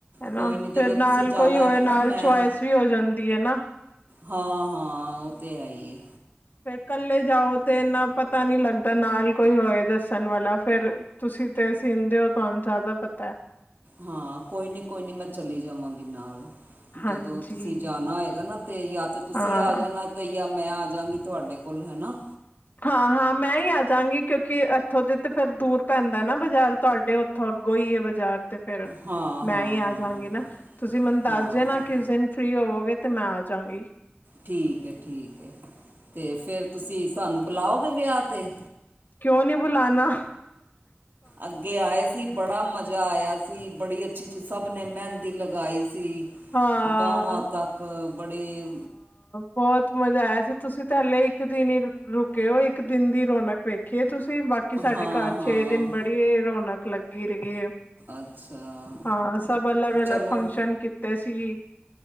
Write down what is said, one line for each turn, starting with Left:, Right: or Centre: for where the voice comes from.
Left: ਹਨਾ
Right: ਕੋਈ ਨਹੀਂ ਜਦੋਂ
Left: ਫੇਰ
Right: ਤੁਸੀਂ
Left: ਨਾਲ
Right: ਜਾਣਾ
Left: ਕੋਈ ਹੋਏ
Right: ਹੈਗਾ
Left: ਨਾਲ
Right: ਨਾ ਮੈਂ
Left: ਚਆਇਸ ਵੀ ਹੋ ਜਾਂਦੀ ਹੈ ਨਾ
Right: ਹਾਂ ਹਾਂ ਤੇ ਆਈਏ
Left: ਫੇਰ ਕੱਲੇ ਜਾਓ ਤੇ ਇੰਨਾ ਪਤਾ ਨਹੀਂ ਲੱਗਦਾ ਨਾਲ ਕੋਈ ਹੋਏ ਦੱਸਣ ਵਾਲਾ ਫੇਰ ਤੁਸੀਂ ਤੇ ਸੀਨਦੇ ਹੋ ਤੁਹਾਨੂੰ ਜ਼ਿਆਦਾ ਪਤਾ
Right: ਹਾਂ ਕੋਈ ਨੀ ਕੋਈ ਨੀ ਮੈਂ ਚਲੀ ਜਾਵਾਂਗੀ ਨਾਲ
Left: ਹਾਂਜੀ
Right: ਜਦੋਂ ਤੁਸੀਂ ਜਾਣਾ ਹੋਏਗਾ ਨਾ ਤੇ ਯਾ ਤੇ ਤੁਸੀਂ
Left: ਹਾਂ।
Right: ਆ ਜਾਣਾ ਤੇ ਯਾ ਮੈਂ ਆਜਗੀ ਤੁਹਾਡੇ ਕੋਲ ਹੈਨਾ
Left: ਹਾਂ ਹਾਂ ਮੈਂ ਹੀ ਆਜਾਂਗੀ ਕਿਉਂਕਿ ਇੱਥੋਂ ਦੇ ਤੇ ਫਿਰ ਦੂਰ ਪੈਂਦਾ ਨਾ ਬਾਜ਼ਾਰ ਤੁਹਾਡੇ ਉੱਥੋਂ ਅੱਗੋਂ ਹੀ ਹੈ ਬਾਜ਼ਾਰ ਤੇ ਫਿਰ
Right: ਹਾਂ ਹਾਂ
Left: ਮੈਂ ਹੀ
Right: ਹਾਂ
Left: ਆ ਜਾਵਾਂਗੀ ਨਾ ਤੁਸੀਂ ਮੈਨੂੰ ਦੱਸ
Right: ਹਾਂ
Left: ਦੇਨਾ ਕਿਸ ਦਿਨ ਫਰੀ ਹੋਵੋਗੇ ਤੇ ਮੈਂ ਆ ਜਾਾਂਗੀ
Right: ਠੀਕ ਹੈ ਠੀਕ ਹੈ ਤੇ ਫੇਰ ਤੁਸੀਂ ਸਾਨੂੰ ਬੁਲਾਓਗੇ ਵਿਆਹ ਤੇ
Left: ਕਿਉਂ ਨਹੀਂ ਬੁਲਾਨਾ
Right: ਅੱਗੇ ਆਏ ਸੀ ਬੜਾ ਮਜ਼ਾ ਆਇਆ ਸੀ ਬੜੀ ਅੱਛੀ ਚੀਜ਼ ਸਭ ਨੇ ਮਹਿੰਦੀ ਦੀ ਲਗਾਈ ਸੀ
Left: ਹਾਂ-ਹਾਂ
Right: ਬਾਹਾਂ ਤੱਕ ਬੜੇ
Left: ਬਹੁਤ ਮਜ਼ਾ ਆਇਆ ਸੀ ਤੁਸੀਂ ਤੇ ਹਲੇ ਇੱਕ ਦਿਨ ਹੀ ਰੁਕੇ ਓ ਇੱਕ ਦਿਨ ਦੀ ਰੌਣਕ ਵੇਖੀਏ ਤੁਸੀਂ ਬਾਕੀ ਸਾਡੇ
Right: ਹਾਂ
Left: ਘਰ
Right: ਹਾਂ
Left: ਛੇ ਦਿਨ ਬੜੀ ਰੌਣਕ ਲੱਗੀ ਰਹੀ‌ ਏ
Right: ਅੱਛਾ
Left: ਹਾਂ ਸਭ ਅਲਗ ਅਲਗ
Right: ਚਲੋ
Left: ਫੰਕਸ਼ਨ ਕੀਤੇ ਸੀ